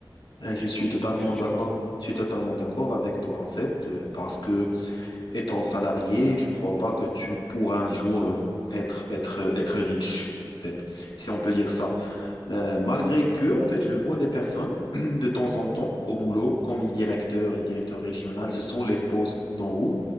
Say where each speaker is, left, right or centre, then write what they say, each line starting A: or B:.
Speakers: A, on the left (about 70°); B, in the centre.
A: Euh, Je suis
B: donc
A: totalement
B: dans le futur.
A: d'accord. Je suis totalement d'accord avec toi, en fait, euh, parce que étant salarié, je ne crois pas que tu pourras un jour euh, être, être, euh, être riche, en fait, si on peut dire ça. Euh, malgré que, en fait, je vois des personnes <clears throat> de temps en temps au boulot, comme les directeurs, et les directeurs régionaux, ce sont les postes d'en haut